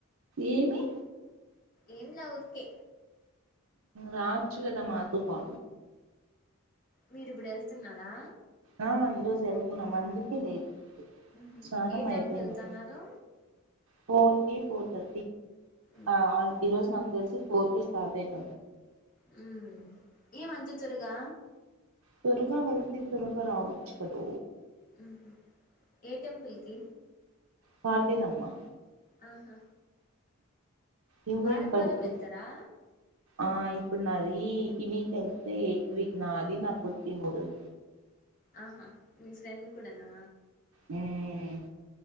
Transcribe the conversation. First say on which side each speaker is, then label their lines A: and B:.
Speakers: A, on the right; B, on the left.
A: ఏమి
B: ఏం వురికే
A: రావచ్చు కదా మాతో పా
B: మీరిప్పుడు వెళ్తున్నారా
A: ఆ ఈరోజు వెళ్తున్నాం
B: హ్మ్
A: అందుకే లేదు
B: ఊహూ
A: స్నానం
B: ఏ టైంకి
A: అయిపోయింది
B: వెళ్తన్నారు
A: ఫోర్ కి కో ద
B: ఊహూ
A: ఆ
B: హ్మ్
A: ఈ రోజు నాకు తెలిసి ఊరికి స్టార్ట్ అయిత
B: హ్మ్ ఏం అంత త్వరగా
A: త్వరగా వెళ్తే త్వరగా రావచ్చు కదా
B: హ ఏ టెంపుల్కి
A: పాటేరమ్మా
B: ఆహా
A: నువ్వేం
B: వారం
A: పడుకో
B: వారం వెల్తారా
A: ఆ ఇప్పుడు నాది వీక్ అ ఎయిత్ వీక్ నా అది నా పుటి మడుల్
B: ఆహా మీ ఫ్రెండ్ కూడానా
A: మ్మ్